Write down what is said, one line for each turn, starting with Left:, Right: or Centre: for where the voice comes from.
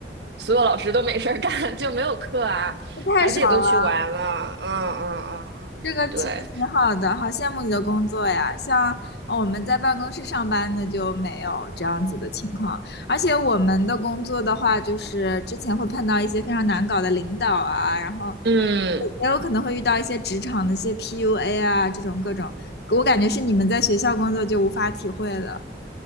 Right: 所有老师都没事儿干，<laughs> 就没有课啊，
Left: 这太爽了。
Right: 孩子也都去玩了，嗯嗯嗯，
Left: 这个其实挺好的，
Right: 对，
Left: 好羡慕你的工作呀！像呃我们在办公室上班的就没有这样子的情况，而且我们的工作的话，就是之前会碰到一些非常难搞的领导啊，然后
Right: 嗯
Left: 也有可能会遇到一些职场的一些 PUA 啊，这种各种，我感觉是你们在学校工作就无法体会了，